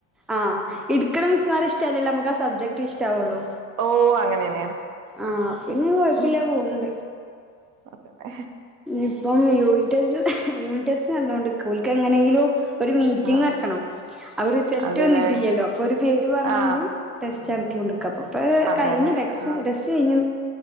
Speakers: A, in the centre; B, on the right.
A: ആഹ് ഇടുക്കണ മിസ്സുമാർ ഇഷ് ട്ടായാലല്ലേ മ്മക്ക് ആ സബ്ജക്ട് ഇഷ്ട്ടാവൊള്ളൂ.
B: ഓ അങ്ങനെന്നെയാണ്
A: ആഹ് പിന്നെ കൊഴപ്പില്യാ
B: ഉം
A: പോവ്ണ്ട്
B: അതന്നെ
A: ഇപ്പം യൂണിറ്റ് ടെസ്റ്റ് യൂണിറ്റ് ടെസ്റ്റ് നല്ലോണ്ട്ക്ക് ഓൽക്ക് എങ്ങനേങ്കിലും ഒരു മീറ്റിംഗ്
B: ആ
A: വെക്കണം അപ്പ റിസൾട്ട്
B: അതേല്ലേ
A: വന്നിട്ടില്ലല്ലോ അപ്പൊ ഒരു പേര് പറഞ്ഞാണ്ട്
B: ആ
A: ടെസ് <unintelligible> കൊണ്ട്ക്കാപ്പം ഇപ്പ
B: അതേല്ലേ
A: കഴിഞ് ടെക്സ്റ്റ്
B: ആ
A: ടെസ്റ്റ് കഴിഞ്ഞു.